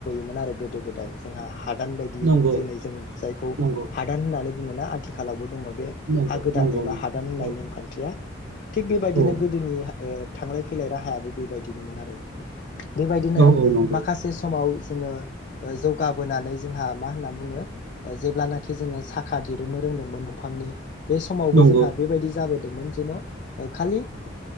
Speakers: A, on the left; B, on the right.
A: मोन आरो गोदो गोदाय जोंहा हादान बायदि
B: नंगौ
A: जेनै जों जायखौ
B: नंगौ
A: हादान होननानै बुङोना आथिखालावबो दङ बे
B: नंगौ
A: हा
B: नंगौ
A: गोदान
B: नंगौ
A: एबा हादान होननाय
B: औ
A: नेमखान्थिया। थिग बेबायदिनो
B: औ
A: गोदोनि ओ थांलाय फैलाय राहायाबो बेबायदिनोमोन आरो। बेबायदिनो
B: औ औ नंगौ
A: माखासे समाव जोङो ओ जौगाबो बोनानै जोंहा मा होन्ना बुङो ओ जेब्लानाखि जोङो साखा दिरुननो रोंदोंमोन दंफांनि बे समावबो
B: नंगौ
A: जोंहा बेबायदि जाबोदोंमोन जेन' ओ खालि ओ